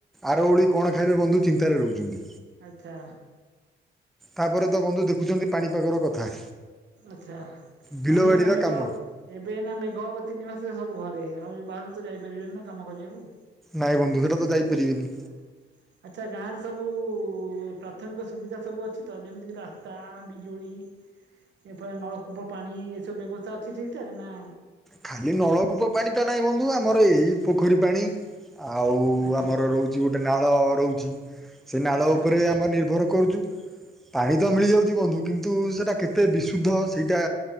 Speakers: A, in the centre; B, on the right.
A: ଆର ଓଳି କଣ‌ ଖାଇବେ ବନ୍ଧୁ ଚିନ୍ତାରେ ରହୁଛନ୍ତି।
B: ଆଚ୍ଛା।
A: ତାପରେ ତ ବନ୍ଧୁ ଦେଖୁଛନ୍ତି ପାଣିପାଗର କଥା।
B: ଆଚ୍ଛା
A: ବିଲବାଡ଼ିର
B: ପାଣି ଏଇନା ମେଘ
A: କାମ
B: ଏବେ ଏଇନା ମେଘ ହବ ତିନି ମାସେ ସବୁ ଘରେ। ଆଉ ବାହାରକୁ ତ ଯାଇପାରିବେନି ନା କାମ କରିବାକୁ।
A: ନାଇଁ ବନ୍ଧୁ ସେଟା ତ ଯାଇପାରିବେନି
B: ଆଛା ଆଛା ଗାଁଆରେ ସବୁ <inaudible> ପ୍ରାଥମିକ ସୁବିଧା ସବୁ ଅଛି ତ ଯେମିତିକି ରାସ୍ତା, ବିଜୁଳି? ଏପରି ନଳକୂପ ପାଣି ଏସବୁ ବ୍ୟବସ୍ଥା ଅଛି ଠିକଠାକ୍ ନା
A: ଖାଲି ନଳକୂପ ପାଣି ତ ନାହିଁ ବନ୍ଧୁ ଆମର ଏଇ ପୋଖରୀ ପାଣି। ଆଉ
B: ଆଚ୍ଛା
A: ଆମର ରହୁଛି ଗୋଟେ ନାଳ ରହୁଛି ସେ ନାଳ
B: ଆଚ୍ଛା।
A: ଉପରେ ଆମ ନିର୍ଭର କରୁଛୁ, ପାଣି ତ ମିଳିଯାଉଛି ବନ୍ଧୁ କିନ୍ କିନ୍ତୁ ସେଇଟା କେତେ ବିଶୁଦ୍ଧ ସେଇଟା